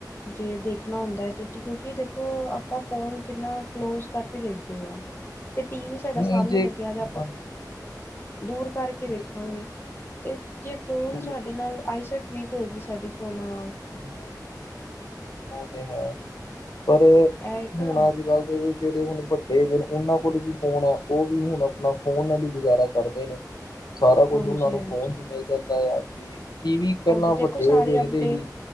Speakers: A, on the left; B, on the left.
A: ਜੇ ਦੇਖਣਾ ਹੁੰਦਾ ਏ ਤੇ ਟੀ, ਕਿਉਂਕਿ ਦੇਖੋ ਆਪਾਂ ਫੋਨ ਕਿੰਨਾ ਕਲੋਜ਼ ਕਰਕੇ ਦੇਖਦੇ ਆ, ਤੇ ਟੀ ਵੀ ਸਾਡਾ
B: ਨਹੀਂ
A: ਸਾਮਣੇ
B: ਜੇ
A: ਲੱਗਿਆ ਦਾ ਆਪਾਂ
B: ਹਾਂਜੀ
A: ਦੂਰ ਕਰਕੇ ਵੇਖਾਂਗੇ।
B: ਬਿਲਕੁਲ
A: ਤੇ ਜੇ ਫੋਨ
B: ਬਿਲਕੁਲ
A: ਸਾਡੇ ਨਾਲ, ਆਈਸਾਇਟ ਵੀਕ ਹੋਏਗੀ ਸਾਡੀ ਫੋਨਾ ਨਾਲ।
B: ਹਮ ਉਹ ਤੇ ਹੈ। ਪਰ
A: ਇਹ ਨਾ
B: ਹੁਣ ਅੱਜ ਕੱਲ ਤੇ ਏਦੇ ਚ ਜੇੜੇ ਹੁਣ ਵੱਡੇ ਹੈਗੇ ਨੇ, ਉਹਨਾਂ ਕੋਲ ਵੀ ਫੋਨ ਐ। ਉਹ ਵੀ ਹੁਣ ਆਪਣਾ ਫੋਨ ਨਾਲ ਈ ਗੁਜ਼ਾਰਾ ਕਰਦੇ ਨੇ। ਸਾਰਾ ਕੁਝ
A: ਹਾਂਜੀ-ਹਾਂਜੀ,
B: ਉਹਨਾਂ ਨੂੰ ਫੋਨ ਚ
A: ਹਾਂਜੀ
B: ਈ ਮਿਲ ਜਾਂਦਾ ਆ। ਕੀ ਟੀ ਵੀ ਪਹਿਲਾਂ
A: ਹਾਂਜੀ ਦੇਖੋ
B: ਵੱਡੇ
A: ਸਾਰੀ
B: ਓ ਵੇਖਦੇ
A: ਅਪਡੇਟ
B: ਹੀ